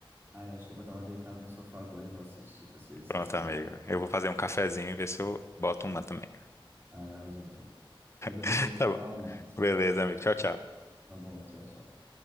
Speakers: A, on the right; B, on the left.
A: Ah, eu acho que eu vou dar uma deitada no sofá agora e vou assistir, pra ser sincero.
B: Pronto, amigo. Eu vou fazer um cafezinho e ver se eu boto uma também.
A: Ah, arrasou, então. Mas depois
B: <laughs>
A: a gente
B: Tá
A: se
B: bom.
A: fala mais.
B: Beleza, amigo. Tchau, tchau.
A: Tá bom, tchau, tchau.